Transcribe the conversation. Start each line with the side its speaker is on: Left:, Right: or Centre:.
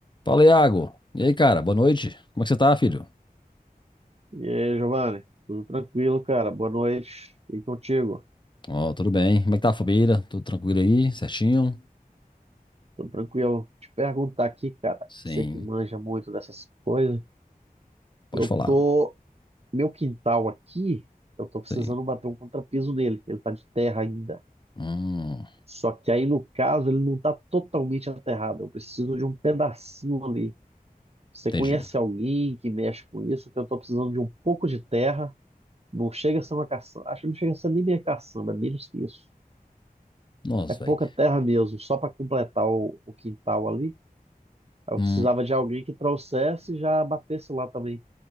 Left: Fala, Iago. E aí, cara? Boa noite. Como é que você tá, filho?
Right: E aí, Giovanni, tudo tranquilo, cara? Boa noite. E contigo?
Left: Ó, tudo bem. Como é que tá a família? Tudo tranquilo aí? Certinho?
Right: Tudo tranquilo? Te perguntar aqui, cara,
Left: Sim.
Right: você que manja muito dessas coisas.
Left: Pode
Right: Eu
Left: falar.
Right: tô. Meu quintal aqui, eu tô precisando
Left: Sim.
Right: bater um contrapiso nele. Ele tá de terra ainda.
Left: Hum,
Right: Só que aí, no caso, ele não tá totalmente aterrado. Eu preciso de um pedacinho ali. Você
Left: entendi.
Right: conhece alguém que mexe com isso? Que eu tô precisando de um pouco de terra. Não chega a ser uma caçamba. Acho que não chega a ser nem minha caçamba, é menos que isso.
Left: Nossa,
Right: É pouca
Left: velho.
Right: terra mesmo, só para completar o, o quintal ali. Eu
Left: Hum,
Right: precisava de alguém que trouxesse e já batesse lá também.